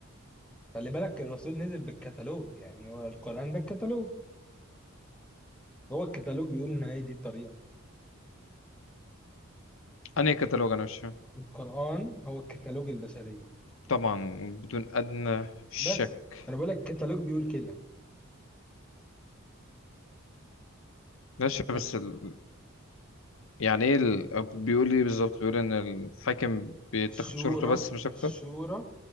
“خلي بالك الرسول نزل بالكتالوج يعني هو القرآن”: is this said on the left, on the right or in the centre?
Centre